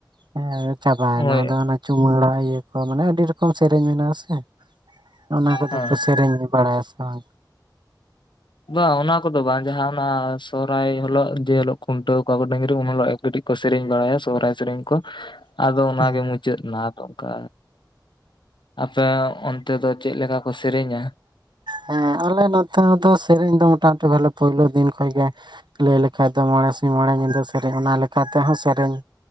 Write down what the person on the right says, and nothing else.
ᱦᱮᱸ ᱪᱟᱵᱟᱭᱮᱱᱟ
ᱟᱫᱚ ᱚᱱᱟ ᱪᱩᱢᱟᱹᱲᱟ ᱤᱭᱟᱹ ᱠᱚ ᱢᱟᱱᱮ ᱟᱹᱰᱤ ᱨᱚᱠᱚᱢ ᱥᱮᱨᱮᱧ ᱢᱮᱱᱟᱜ-ᱟ ᱥᱮ ᱚᱱᱟ ᱠᱚᱫᱚ
ᱠᱚ ᱥᱮᱨᱮᱧ ᱜᱮ ᱵᱟᱲᱟᱭᱟ ᱥᱮ ᱵᱟᱝ
<unintelligible>
ᱦᱩᱸ
ᱦᱮᱸ ᱟᱞᱮ ᱱᱚᱛᱮ ᱫᱚ ᱥᱮᱨᱮᱧ ᱫᱚ ᱢᱚᱴᱟᱢᱩᱴᱤ ᱵᱚᱞᱮ ᱯᱳᱭᱞᱳ ᱫᱤᱱ ᱠᱷᱚᱱᱚᱡ ᱜᱮ ᱞᱟᱹᱭ ᱞᱮᱠᱷᱟᱡ ᱫᱚ ᱢᱚᱬᱮ ᱥᱤᱧ ᱢᱚᱬᱮ ᱧᱤᱫᱟᱹ ᱥᱮᱨᱮᱧ ᱚᱱᱟ ᱞᱮᱠᱟ ᱛᱮᱦᱚᱸ ᱥᱮᱨᱮᱧ